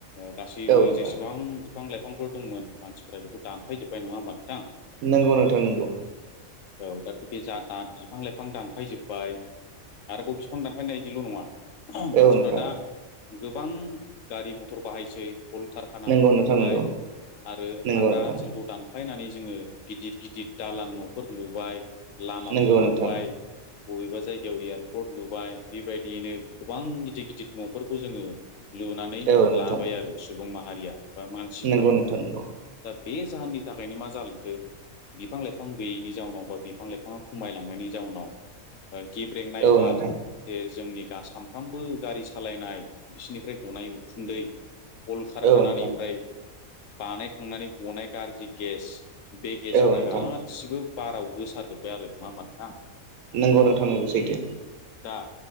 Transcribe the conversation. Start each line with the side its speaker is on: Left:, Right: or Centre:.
Left: गासैबो
Right: औ नोंथां
Left: जेसेबां बिफां लाइफांफोर दंमोन। मानसिफोरा बेखौ दानफायजोबबाय नङा होमब्ला?
Right: नंगौ नोंथां नंगौ।
Left: औ दा बे जा दा बिफां लाइफां दानफायजोबबाय। आरोबाव बिफां दानफायनायजोंल' नङा। मानसिफ्रा
Right: औ नोंथां
Left: दा गोबां गारि मथर बाहायसै। कलकारखानाफोर
Right: नंगौ नोंथां
Left: लुबाय
Right: नंगौ
Left: आरो
Right: नंगौ
Left: हाग्रा
Right: नोंथां
Left: ओनसोलखौ दान फायनानै जोङो गिदिर गिदिर दालां न'फोर लुबाय लामाफोर
Right: नंगौ
Left: लुबाय।
Right: नोंथां
Left: बबेबा जायगायाव एयारपर्ट लुबाय। बेबायदियैनो गोबां गिदिर गिदिर न'फोरखौ जोङो लुनानै
Right: औ नोंथां
Left: लाबाय आरो सुबुं माहारिया बा मानसिफ्रा।
Right: नंगौ नोंथां नंगौ
Left: दा बे जाहोननि थाखायनो मा जालांखो बिफां लाइफां गैयैनि जाहोनाव बा बिफां लाइफाङा खमायलां नायनि जाउनाव ओ गिब्रेंनाय
Right: औ
Left: बार
Right: नोंथां
Left: जे जोंनि सानफ्रोमबो गारि सालायनाय बिसोरनिफ्राय गनाय उखुन्दै कल कारखानानिफ्राय
Right: औ नोंथां
Left: बानायखांनानै गनाय गाज्रि गेस बे गेसफ्रा
Right: औ नोंथां
Left: गासिबो बाराव गोसार जोबबाय आरो नङा होमबा नोंथां?
Right: नंगौ नोंथां नंगौ सैथो
Left: दा